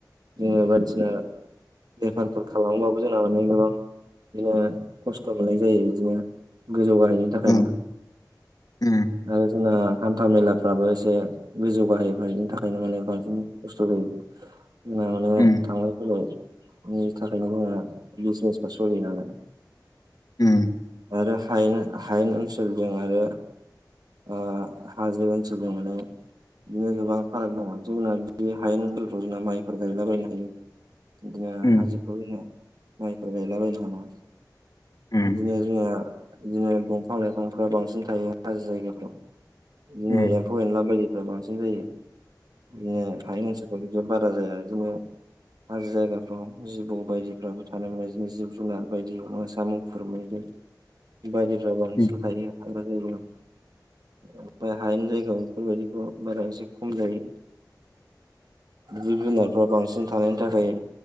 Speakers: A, on the right (about 65°); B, on the left (about 60°).
A: जोङो बायदिसिना बेफारफोर खालामबो। बुजा मानाय गोबां बिदिनो खस्थ' मोननाय जायो बिदिनो गोजौ गाहायनायनि थाखायनो
B: औ उम उम
A: आरो जोंना। हान्था मेलाफ्राबो एसे गोजौ गाहैबायायनि थाखायनो माने बांसिन खस्थ' जायो। जोंना माने
B: उम
A: थांलाय फैलायनि थाखायनो जोंहा बिजनेसफ्रा सोलियो नालाय,
B: उम
A: आरो हायेन हायेन ओनसोलजों आरो ओ हाजो ओनसोल माने बिदिनो गोबां फाराग दङ जोंना बिदिनो आयेन ओनसोलफोराव जोंना माइफोर गायलाबायनो हायो। बिदिनो
B: उम
A: हाजोखौ जोङो, माइफोर गायलाबायनो हाङा
B: उम
A: बिदिनो जोंहा। बिदिनो दंफां लाइफांफ्रा बांसिन थायो हाजो जायगाफ्राव बिदिनो।
B: उम
A: ए एनला बायदि बांसिन जायो बिदिनो हाय नोंसोर बारा जाया बिदिनो हाजो जायगाफ्राव जिबौ बायदि। फोराबो थानो मोननाय जोंनि जिब जुनार बायदि अब्ला सामुं फोरमायदों। बायदिफ्रा बांसिन
B: उम
A: थायो हाग्रा जायगायाव ओमफ्राय हायानि जायगायाव बेफोरबायदिखौ बारा एसे खम जायो। जिब जुनारफ्रा बांसिन थानायनि थाखाय